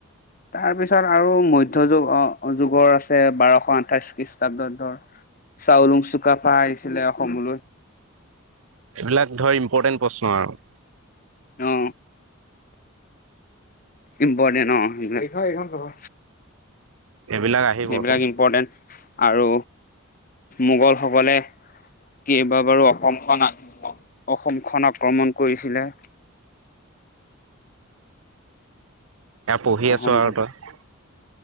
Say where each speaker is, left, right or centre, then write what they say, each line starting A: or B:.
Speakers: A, on the left; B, on the right.
A: তাৰপিছত আৰু মধ্যযুগ অ যুগৰ আছে বাৰশ শ আঠাইশ খ্ৰীষ্টাব্দ ধৰ চাউলুং চুকাফা আহিছিলে অসমলৈ।
B: এইবিলাক ধৰ ইম্পৰ্টেণ্ট প্ৰশ্ন আৰু।
A: অ। ইম্পৰ্টেণ্ট অ',
B: এইবিলাক আহিব
A: সেইবিলাক
B: তোৰ
A: ইম্পৰ্টেন্ট আৰু মোগল সকলে কেইবাবাৰো অসমখন অসমখন আক্ৰমণ কৰিছিলে। <inaudible>
B: এয়া পঢ়ি
A: অসমখন
B: আছো আৰু তই।